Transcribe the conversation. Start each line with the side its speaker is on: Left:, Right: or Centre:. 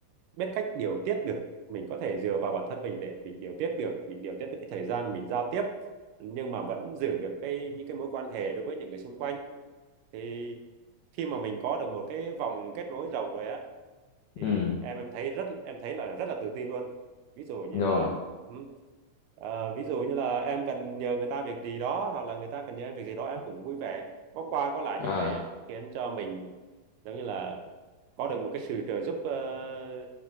Right: biết cách điều tiết được mình có thể dựa vào bản thân mình để mình điều tiết được mình điều tiết được cái thời gian mình giao tiếp nhưng mà vẫn giữ được cái những cái mối quan hệ đối với những người xung quanh thì khi mà mình có được một cái vòng kết nối rộng rồi á thì
Left: ừ
Right: em em thấy rất em thấy là rất là tự tin luôn ví dụ như
Left: rồi
Right: là ừm, ờ, ví dụ như là em cần nhờ người ta việc gì đó hoặc là người ta cần nhờ em việc gì đó em cũng vui vẻ có qua có lại
Left: à
Right: như vậy á, khiến cho mình giống như là có được một cái sự trợ giúp ờ,